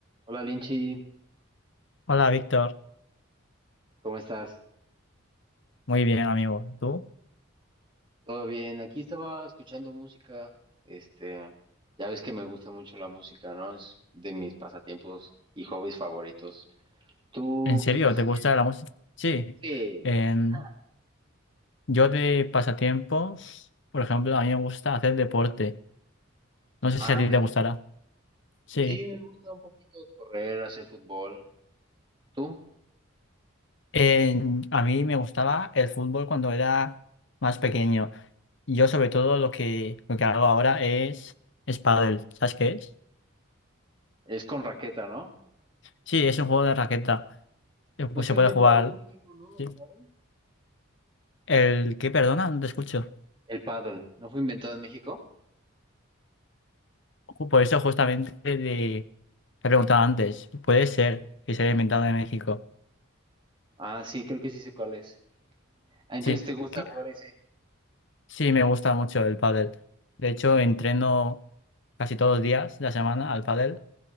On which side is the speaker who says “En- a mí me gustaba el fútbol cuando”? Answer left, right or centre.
Left